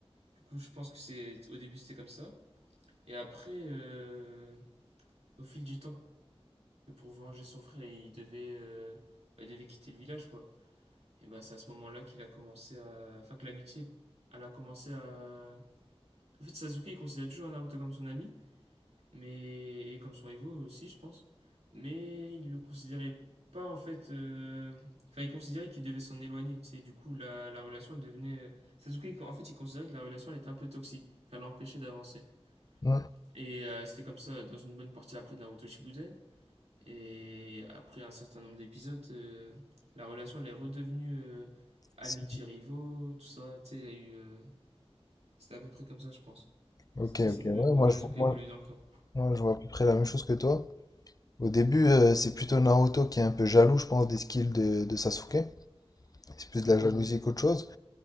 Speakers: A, on the right; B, on the left.
A: Du coup, je pense que c'est au début c'était comme ça. Et après, euh, au fil du temps que pour venger son frère, il devait, euh, bah, il devait quitter le village, quoi. Et bah, c'est à ce moment-là qu'il a commencé à. Enfin, que l'amitié, elle a commencé à. En fait, Sasuke, il considère toujours Naruto comme son ami, mais. et comme son Evo aussi, je pense. Mais il le considérait pas, en fait. euh, Enfin, il considérait qu'il devait s'en éloigner, tu sais. Du coup, la, la relation, elle devenait. Sasuke, en fait, il considérait que la relation, elle était un peu toxique, qu'elle l'empêchait d'avancer.
B: Hmm.
A: Et euh, c'était comme ça dans une bonne partie après de Naruto Shippuden. Et après un certain nombre d'épisodes, euh, la relation elle est redevenue euh, amitié-rivaux,
B: C'est-
A: tout ça. Tu sais, il y a eu. euh, C'était à peu près comme ça, je pense.
B: Ok,
A: Tu
B: ok,
A: sais, c'est une,
B: ouais,
A: une
B: moi
A: relation
B: je, vois-
A: qui
B: moi,
A: a évolué dans le temps.
B: moi, je vois à peu près la même chose que toi. Au début, euh, c'est plutôt Naruto qui est un peu jaloux, je pense, des skills de, de Sasuke. C'est plus de
A: Mmh.
B: la Mhm. jalousie qu'autre chose.